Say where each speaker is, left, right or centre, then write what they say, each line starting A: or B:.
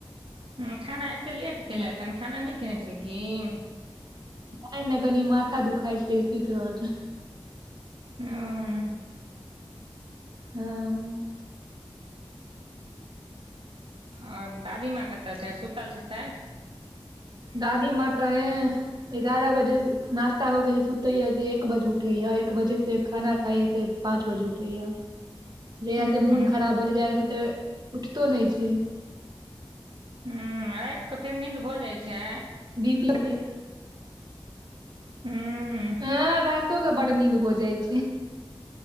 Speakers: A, on the right; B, on the right.
A: हँ खाना एतेक लेट खेलैथ
B: आ
A: हन खाना नइ खेने छलखिन
B: नय नै कनि माथा दुखाय छै त सुत रहल छै
A: ह <unintelligible>
B: हँ
A: ओर दादी माँ कतय छै सुतल हैतेथ
B: दादी मां तऽ यैह एगारह बजे नास्ता कऽ के जे सुते या से एक बजे उठे या एक बजे से खाना खाइ ह से पाँच बजे उठैया
A: <inaudible>
B: जहियास
A: हूँ
B: से मोन खराब भेलै जहिय से तऽ उठतो नय छै
A: ह रात कऽ फेर नींन्द भऽ जाइ छै
B: बी पी जे
A: हूँ
B: ऐंह रातो के बड़ नींद भौ जाइ छै